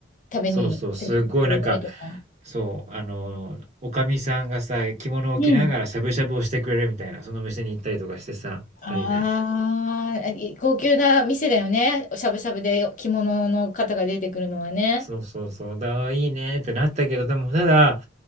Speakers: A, on the left (about 45°); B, on the right (about 40°).
A: 食べに連れてってくれたりとか。
B: そうそう、すごいなんか、そう、あの、おかみさんがさ、着物を着ながらしゃぶしゃぶをしてくれるみたいな、
A: うん。
B: その店に行ったりとかしてさ、2人で。
A: ああ、い高級な店だよね。しゃぶしゃぶで着物の方が出てくるのはね。
B: そうそうそう、だ、いいねってなったけど、でもただ、